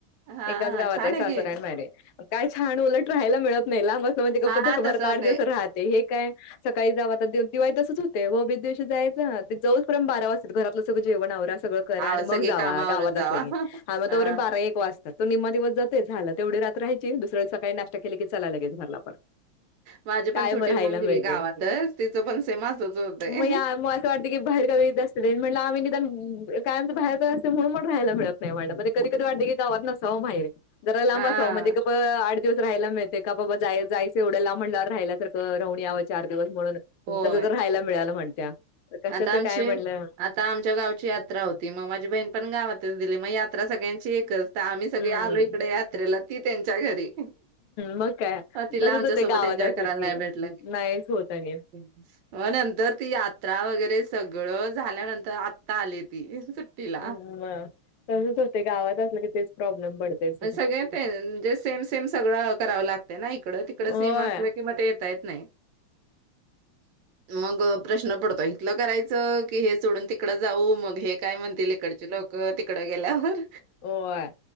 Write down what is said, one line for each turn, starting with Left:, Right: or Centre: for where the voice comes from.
Right: हा
Left: एकाच
Right: हा
Left: गावात
Right: छान
Left: आहे सासर
Right: की
Left: आणि <unintelligible> काय थां आणि उलट राहायला मिळत नाही लांब असलं म्हणजे गप
Right: हा
Left: झक मारत
Right: तस होतय.
Left: आठ दिवस राहत हे काय सकाळी जाव आता <unintelligible> तसंच होतंय ओ त्या दिवशी जायचं ते जाऊसतोपर्यंत बारा वाजतात घरात सगळं जेवण आवरा सगळं करा
Right: आ
Left: आणि
Right: सगळे
Left: मग जावा
Right: कामावरून
Left: गावात
Right: जावा.
Left: आसलकी आव
Right: हा
Left: तो पर्यंत बारा एक वाज तो निम्मा दिवस जाते झाला तेवढी रात राहायची दुसरेसकाळी नाश्ता केलं की चला लगेच घरला पर
Right: माझी
Left: काय
Right: पण छोटी
Left: म राहायला
Right: बहीण दिली
Left: मिळतंय,
Right: गावातच तिचं पण सेम असच होतय.
Left: मग या मग असं वाटते की बाहेर गावी जास्त वेळ म्हटलं आम्ही निदान काय आमच बाहेरच असल्यामुळ म्हणून मग राहायला मिळत नाही मला कधी कधी वाटते की गावात नसावं माहेर जरा लांब
Right: हा
Left: असाव म्हणजे कस किती दिवस रहायला मिळतय का बघूया जाय जायचं एवढ्या लांब म्हणल्यावर रहायला तर हो राहून याव चार दिवस म्हणून
Right: होय
Left: तसं तर राहायला मिळालं म्हणत्या तर कशाचं
Right: आता आमची
Left: काय म्हणलं
Right: आता आमच्या गावची यात्रा होती मग माझी बहीण पण गावातच दिलि मग या सगळ्यांची एकच आम्ही सगळे
Left: हम्म
Right: आलोय इकड यात्रेला ती त्यांच्या घरी
Left: मग काय
Right: तिला
Left: तसच
Right: आमच्या
Left: होते
Right: सोबत
Left: गावात
Right: एन्जॉय
Left: असलं
Right: करायला
Left: की
Right: नाही भेटलं
Left: नाहीच होत आणि
Right: अ नंतर ती यात्रा वगैरे सगळ झाल्या नंतर आता आले ती सुट्टीला
Left: हम्म कमीच हा ते गावात असलं की तेच प्रॉब्लेम पडतेच
Right: सगळे ते म्हणजे सेम सेम सगळं करावं लागतंय ना इकडं तिकडं
Left: होय
Right: सेम असलं कि मग ते येता येत नाही मग प्रश्न पडतो इथलं करायचं की हे सोडून तिकडं जाऊ मग हे काय म्हणतील इकडचे लोक तिक गेल्यावर
Left: होय